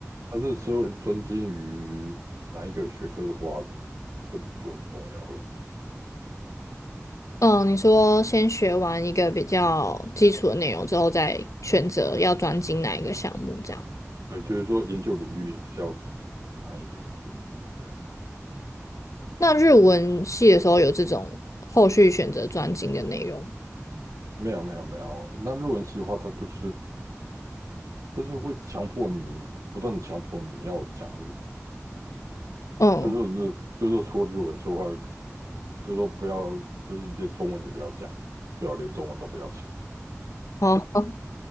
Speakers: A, on the right; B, on the left.
A: 但是说专精于哪一个学科的话，就就很重要了。
B: 嗯，你说先学完一个比较基础的内容之后，再选择要专精哪一个项目，这样。
A: 对，就是说研究领域要哪一个研究领域这样。
B: 那日文系的时候有这种后续选择专精的内容吗？
A: 没有没有没有，那日文系的话，它就是它就是会强迫你不断的强迫你要讲日文，
B: 嗯，
A: 就是说就就是说除了日文说话，就是说不要就是连中文也不要讲，最好连中文都不要讲。
B: 哦，